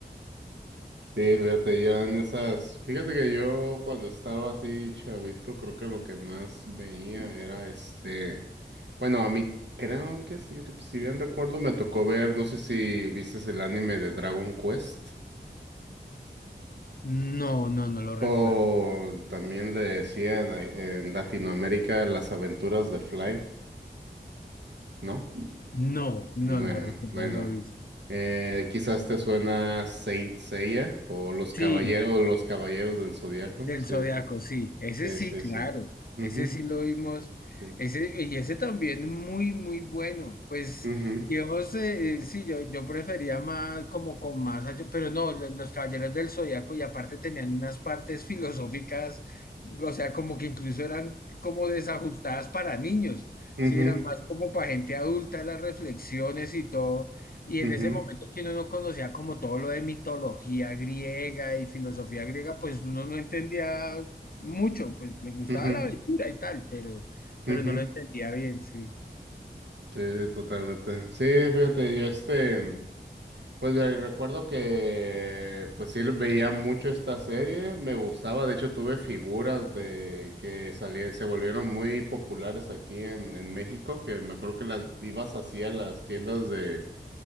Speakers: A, on the right; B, on the left.
A: Sí, fíjate, yo en esas. Fíjate que yo cuando estaba así chavito, creo que lo que más veía era este. Bueno, a mí creo que sí, si bien recuerdo, me tocó ver, no sé si viste el anime de Dragon Quest.
B: No, no, no lo recuerdo.
A: O también le decían eh, en Latinoamérica las aventuras de Fly, ¿no?
B: No, no,
A: Bueno,
B: no no recuerdo
A: bueno.
B: haberlo visto.
A: Eh, quizás te suena Saint Seiya o los caballeros
B: Sí,
A: o los caballeros del Zodiaco.
B: Del
A: Sí,
B: Zodiaco,
A: sí,
B: sí, ese
A: sí,
B: sí,
A: sí,
B: claro,
A: sí. Ujú,
B: ese sí lo vimos,
A: sí.
B: ese, y ese también muy, muy bueno, pues,
A: Ujú,
B: digamos, eh, eh, sí, yo, yo prefería más, como con más, acción, pero no, lo- los Caballeros del Zodiaco, y aparte tenían unas partes <laughs> filosóficas, o sea, como que incluso eran como desajustadas para niños,
A: ujú,
B: sí, eran más como para gente adulta, las reflexiones y todo, y
A: ujú,
B: en ese momento que uno no conocía como todo lo de mitología griega y filosofía griega, pues uno no entendía mucho, pues le gustaba
A: ujú,
B: la aventura y tal, pero,
A: ujú.
B: pero
A: ujú.
B: no lo entendía bien, sí.
A: Sí, sí, totalmente. Sí, fíjate, yo este, pues ve- recuerdo que, pues sí veía mucho esta serie, me gustaba. De hecho, tuve figuras de que salían, se volvieron muy populares aquí en, en México, que me acuerdo que las vivas hacía las tiendas de